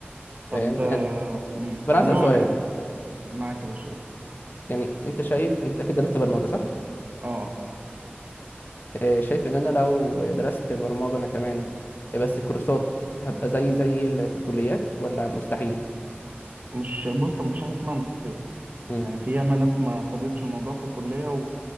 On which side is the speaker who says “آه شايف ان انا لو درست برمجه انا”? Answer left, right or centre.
Left